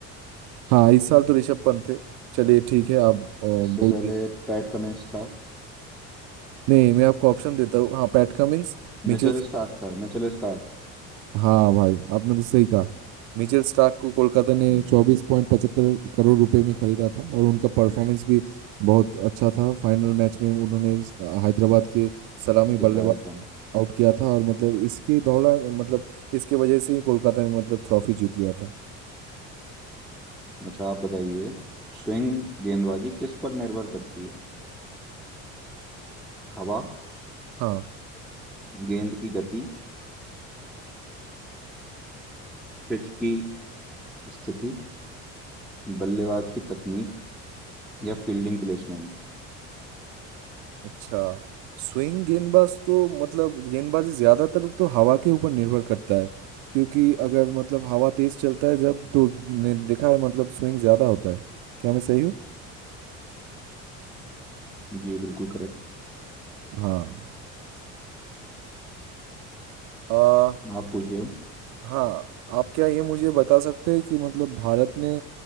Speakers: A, on the right; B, in the centre.
A: हाँ इस साल तो ऋषभ पंत थे चलिए ठीक है आप अ, बोलिए
B: इससे पहले पैट कमिंस था
A: नहीं मैं आपको ऑप्शन देता हूँ हाँ पैट कमिंस मिचेल
B: मिचेल स्टार्क था मिचेल स्टार्क
A: हाँ भाई आपने तो सही कहा मिचेल स्टार्क को कोलकाता ने
B: हम्म।
A: चौबीस पॉइंट पचहत्तर करोड़ रुपए में खरीदा था और उनका परफॉर्मेंस भी बहुत अच्छा था फाइनल मैच में उन्होंने हैदराबाद के सलामी
B: दिखाया
A: बल्लेबाज
B: था
A: आउट किया था और मतलब इसके दौरान मतलब इसके वजह से ही कोलकाता ने मतलब ट्रॉफी जीत लिया था
B: अच्छा आप बताइए स्विंग गेंदबाजी किस पर निर्भर करती है हवा
A: हाँ
B: गेंद की गति पिच की स्थिति बल्लेबाज की तकनीक या फील्डिंग प्लेसमेंट
A: अच्छा स्विंग गेंदबाज तो मतलब गेंदबाजी ज्यादातर तो हवा के ऊपर निर्भर करता है क्योंकि अगर मतलब हवा तेज चलता है जब तो ने देखा है मतलब स्विंग ज्यादा होता है क्या मैं सही हूँ
B: जी बिल्कुल करेक्ट
A: हाँ आ,
B: आप पूछिए अब
A: हाँ आप क्या ये मुझे बता सकते हैं कि मतलब भारत ने